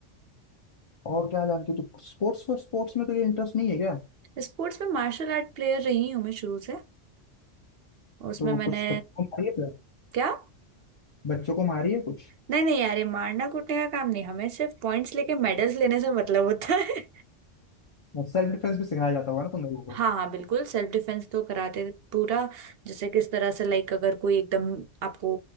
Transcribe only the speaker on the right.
स्पोर्ट्स में मार्शल आर्ट प्लेयर रही हूँ मैं शुरू से उसमें
मैंने
क्या
नहीं नहीं यार ये मारना कूटने का काम नहीं हमें सिर्फ पॉइंट्स लेके मेडल्स लेने से मतलब होता है
हाँ हाँ बिल्कुल सेल्फ डिफेंस तो कराते थे पूरा जैसे किस तरह से लाइक अगर कोई एकदम आपको